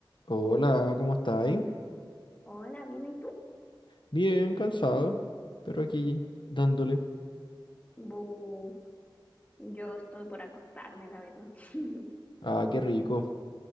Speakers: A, on the left; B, on the left.
A: Hola, ¿cómo estáis?
B: Hola, ¿bien y tú?
A: Bien, cansado, pero aquí dándole.
B: Bu, yo estoy por acostarme, la verdad. <laughs>
A: Ah, qué rico.